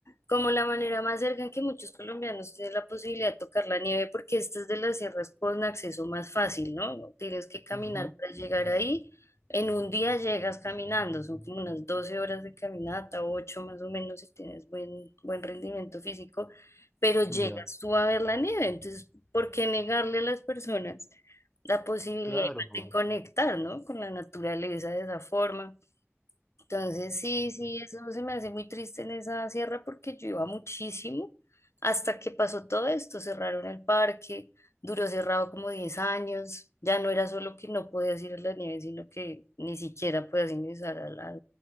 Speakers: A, on the left; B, on the left.
A: Como la manera más cerca en que muchos colombianos tienen la posibilidad de tocar la nieve, porque esta es de las sierras con acceso más fácil, ¿no? No tienes que caminar
B: Ujú.
A: para llegar ahí. En un día llegas caminando, son como unas 12 horas de caminata, 8 más o menos, si tienes buen, buen rendimiento físico, pero llegas
B: Ya,
A: tú a ver la nieve. Entonces, ¿por qué negarle a las personas la posibilidad
B: claro.
A: de conectar, ¿no? Con la naturaleza de esa forma? Entonces, sí, sí, eso se me hace muy triste en esa sierra porque yo iba muchísimo hasta que pasó todo esto, cerraron el parque, duró cerrado como 10 años, ya no era solo que no podías ir a la nieve, sino que ni siquiera podías ingresar a, la-